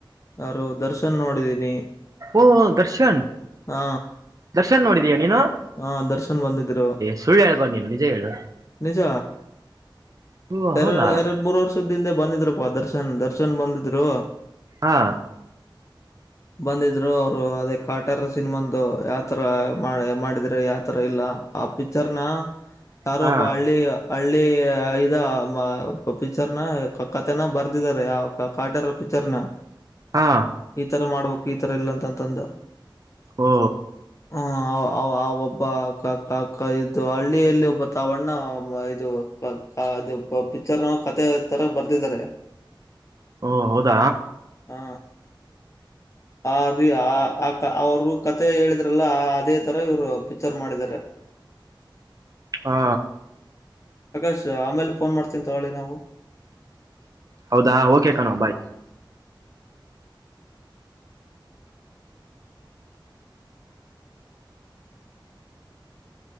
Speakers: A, on the left; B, on the right.
A: ಯಾರು ದರ್ಶನ್ ನೋಡಿದೀನಿ!
B: ಓಹೋ! ದರ್ಶನ್.
A: ಹಾ....
B: ದರ್ಶನ್ ನೋಡಿದೀಯಾ ನೀನು?
A: ಹಾ ದರ್ಶನ್ ಬಂದಿದ್ರು.
B: ಸುಳ್ ಹೇಳಬೇಡ ನೀನು ನಿಜಾ ಹೇಳು.
A: ನಿಜ
B: ಓ
A: ಎರಡ್
B: ಹೌದಾ
A: ಎರಡ್ ಮೂರ್ ವ ತ್ತು ತಿಂದ್ರು ಬಂದಿದ್ರುಪ್ಪ ದರ್ಶನ್! ದರ್ಶನ್ ಬಂದಿದ್ರು.
B: ಹಾ..
A: <inaudible> ಬಂದಿದ್ದರು ಅವರು ಅದೇ ಕಾಟೇರ ಸಿನಿಮಾಂದು ಯಾವ ತರ ಮಾಡಿದ್ರು ಯಾವ ತರ ಇಲ್ಲ. ಆ ಪಿಚ್ಚರ್ ನಾ ಯಾರೋ
B: ಹಾ
A: ಒಬ್ಬ ಹಳ್ಳಿ. ಹಳ್ಳಿ ಐದ ಪಿಚ್ಚರನ ಕಥೆನಾ ಬರ್ದಿದ್ದಾರೆ ಆ ಕಾಟೇರ ಪಿಚ್ಚರಾನ. <inaudible>
B: ಹಾ....
A: ಈ ತರ ಮಾಡ್ಬೇಕು ಈ ತರ ಇಲ್ಲ ಅಂತಂತಂದು.
B: ಹೋ!
A: ಹು ಆ ಆ ಒಬ್ಬ ಅಕ್ಕಕ್ಕ ಅಕ್ಕ ಇದ್ದು ಹಳ್ಳಿಯಲ್ಲಿ ಒಬ್ಬ. ಆವಣ್ಣ ಇದು ಆದು ಪಿಕ್ಚರ್ ನ ಕಥೆ ಹೇಳ್ತಾರೆ ಬರ್ದಿದ್ದಾರೆ. <inaudible>
B: ಓ ಹೌದಾ.
A: ಹಾ. ಆದೀ ಆ ಅತ್ತ ಅವರು ಅವರು ಕಥೆ ಹೇಳಿದ್ರಲ್ಲ ಅದೇ ತರ ಇವ್ರು ಪಿಕ್ಚರ್ ಮಾಡಿದ್ದಾರೆ.
B: ಹಾ...
A: ಆಕಾಶ್ ಆಮೇಲೆ ಪೋನ್ ಮಾಡ್ತಿನಿ ತಗೊಳ್ಳಿ ನಾವು.
B: ಹೌದಾ ಓಕೆ ಕಣೋ ಬಾಯ್.